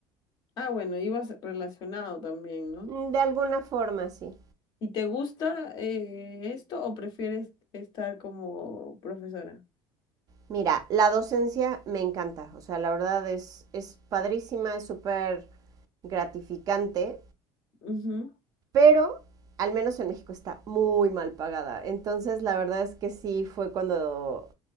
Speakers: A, on the left; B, on the right.
A: Ah, bueno, ibas relacionado también, ¿no?
B: Mm, De alguna forma, sí.
A: ¿Y te gusta eh, esto o prefieres estar como profesora?
B: Mira, la docencia me encanta, o sea, la verdad es, es padrísima, es súper gratificante,
A: Ujú,
B: pero al menos en México está muy mal pagada. Entonces, la verdad es que sí fue cuando,